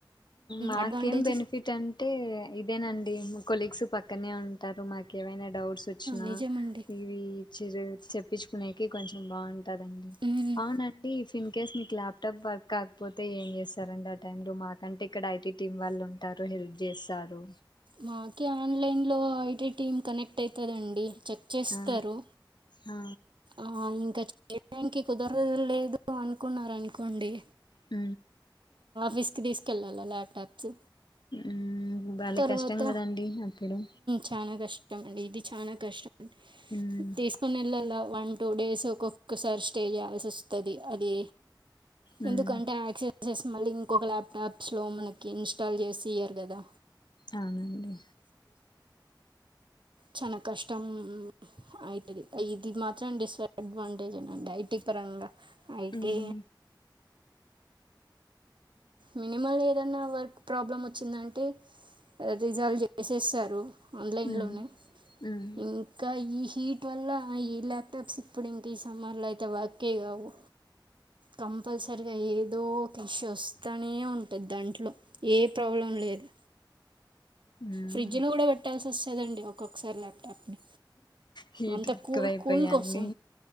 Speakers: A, on the left; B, on the right.
A: మాకేం
B: అడ్వాంటేజెస్
A: బెనిఫిట్ అంటే ఇదేనండి మా కొలీగ్స్ పక్కనే ఉంటారు మాకు ఏవైనా డౌట్స్ వచ్చినా
B: నిజమండి
A: ఇవి చిరు తెప్పించుకునేకి కొంచెం బాగుంది ఉంటదండి
B: మ్మ్.
A: అవునండి ఇఫ్ ఇన్ కేస్ నీకు ల్యాప్టాప్ కాకపోతే ఏం చేస్తారండి ఆ టై లో మాకంటే ఇక్కడ ఐటీ టీం వాళ్ళు ఉంటారు హెల్ప్ చేస్తారు
B: మాకే ఆన్లైన్లో ఐటీ టీం కనెక్ట్ అవుతుందండి చెక్ చేస్తారు
A: ఆ ఆ
B: ఆ ఇంకా చేయడానికి కుదరద లేదు అనుకున్నార అనుకోండి
A: అ
B: విస్క్ తీసుకెళ్ళాలా ల్యాప్టాప్స్
A: ఉమ్ భలే
B: తర్వాత
A: కష్టం కదండి అప్పుడు
B: చాలా కష్టం కష్ట అండి ఇది చానా కష్టం అండి
A: ఉమ్
B: తీసుకుని వెళ్ళలా వన్ టూ డేస్ ఒక్కోక్కసారి స్టే చేయాల్సి వస్తుంది అది
A: ఉమ్
B: ఎందుకంటే ఆక్సిడె ప్రాసెస్ మళ్ళీ ఇంకొక ల్యాప్టాప్స్లో మనకి ఇన్స్టాల్ చేసి ఇయరు కదా
A: అవునండి
B: చన కష్టం అయితది ఇది మాత్ర చండిస్ అడ్వాంటేజ్ ఏనాండి ఐటీ పరంగా ఐటీ
A: ఉమ్
B: మినిమల్ ఏదైన్నా వర్క్ ప్రాబ్లం వచ్చిందంటే రిజాల్వ్ చేసేస్తారు ఆన్లైన్
A: ఉమ్
B: లోనే
A: ఉమ్
B: ఇంకా ఈ హీట్ వల్ల ఈ ల్యాప్టాప్స్ ఇప్పుడు ఇంక ఈ సమ్మర్ లో అయితే వర్కే కావు కంపల్సరిగా ఏదో పిష్ వస్తూనే ఉంటుంది దాంట్లో ఏ ప్రాబ్లం లేదు
A: మ్మ్
B: ఫ్రిడ్జ్ లో కూడా పెట్టాల్సి వస్తుందండి ఒక్కొక్కసారి లేపోతే
A: హీట్
B: అంత
A: ఎక్కువైపోయా
B: కూల్ కూల్ కోసం
A: అండి